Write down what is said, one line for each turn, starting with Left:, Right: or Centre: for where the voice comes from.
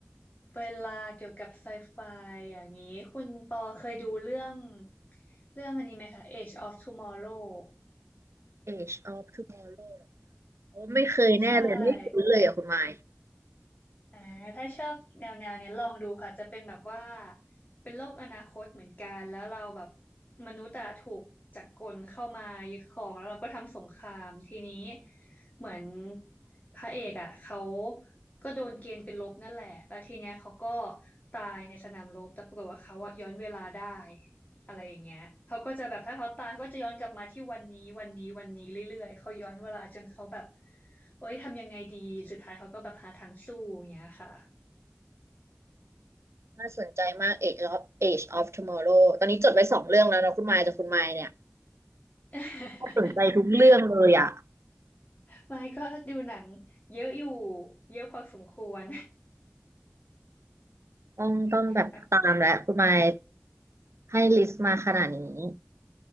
Left: เวลาเกี่ยวกับไซไฟอย่างนี้ คุณปอเคยดูเรื่อง เรื่องอันนี้ไหมคะ Age of Tomorrow
Right: Age of Tomorrow อโอ้ไม่เคยแน่เลยไม่คุ้นเลยอ่ะคุณไมค์
Left: ใช่อ่าถ้าชอบแนวแนวเนี้ยลองดูค่ะ จะเป็นแบบว่า เป็นโลกอนาคตเหมือนกัน แล้วเราแบบมนุษย์อะถูกจักรกลเข้ามายึดครองแล้วเราก็ทำสงคราม ทีนี้เหมือนพระเอกอะเขาก็โดนเกณฑ์เป็นลบนั่นแหละ แล้วทีเนี้ยเขาก็ตายในสนามรบแต่ปรากฏว่าเขาอะย้อนเวลาได้ อะไรอย่างเงี้ยเขาก็จะแบบถ้าเขาตายเขาก็จะย้อนกลับมาที่วันนี้วันนี้วันนี้เรื่อยๆเขาย้อนเวลาจนเขาแบบโอ๊ยทำยังไงดีสุดท้ายเขาก็แบบหาทางสู้อย่างเงี้ยค่ะ
Right: น่าสนใจมาก Age of Age of Tomorrow ตอนนี้จดไว้สองเรื่องแล้วนะคุณไมค์แต่คุณไมค์เนี่ย
Left: <laughs>
Right: ก็สนใจทุกเรื่องเลยอ่ะ
Left: ไม่ก็ดูหนังเยอะอยู่เยอะพอสมควร
Right: ต้องต้องแบบตามแล้วคุณไมค์
Left: <laughs> แบบ
Right: ให้ลิสต์มาขนาดนี้